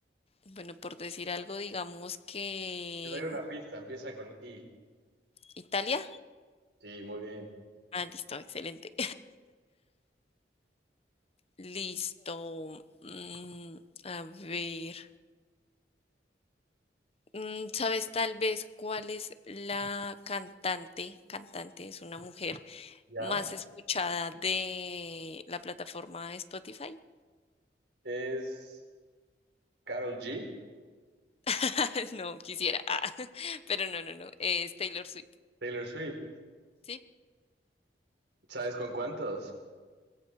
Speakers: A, on the left (about 35°); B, on the right (about 75°).
A: Bueno, por decir algo, digamos que
B: Te doy una pista, empieza con I.
A: Italia.
B: Sí, muy bien.
A: Ah, listo, excelente. Listo. Mm, a ver. Mm, ¿Sabes tal vez cuál es la cantante? Cantante es una mujer
B: ¿Ya?
A: más escuchada de la plataforma Spotify.
B: Es Carol G,
A: <laughs> No quisiera, ah, <laughs> pero no, no, no. Es Taylor Swift.
B: Taylor Swift.
A: ¿Sí?
B: ¿Sabes con cuántos?